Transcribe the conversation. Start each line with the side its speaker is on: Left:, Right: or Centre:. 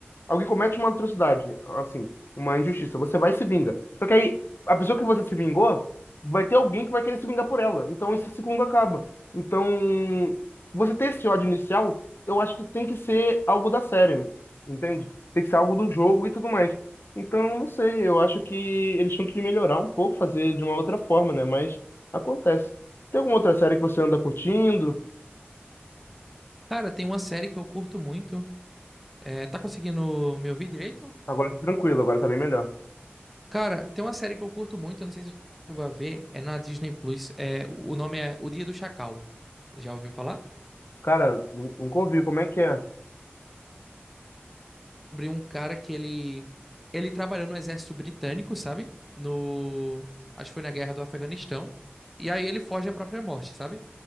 Left: Alguém comete uma atrocidade, assim, uma injustiça, você vai e se vinga. Só que aí, a pessoa que você se vingou, vai ter alguém que vai querer se vingar por ela. Então esse ciclo acaba. Então, você ter esse ódio inicial, eu acho que tem que ser algo da série, entende? Tem que ser algo do jogo e tudo mais. Então, não sei, eu acho que eles tinham que melhorar um pouco, fazer de uma outra forma, né? Mas acontece. Tem alguma outra série que você anda curtindo?
Centre: Cara, tem uma série que eu curto muito. É, tá conseguindo me ouvir direito?
Left: Agora tá tranquilo, agora tá bem melhor.
Centre: Cara, tem uma série que eu curto muito, eu não sei se você chegou a ver, é na Disney Plus. É, o o nome é O Dia do Chacal. Já ouviu falar?
Left: Cara, nun- nunca ouvi, como é que é?
Centre: Sobre um cara que ele ele trabalhou no exército britânico, sabe? No acho que foi na guerra do Afeganistão. E aí ele foge à própria morte, sabe?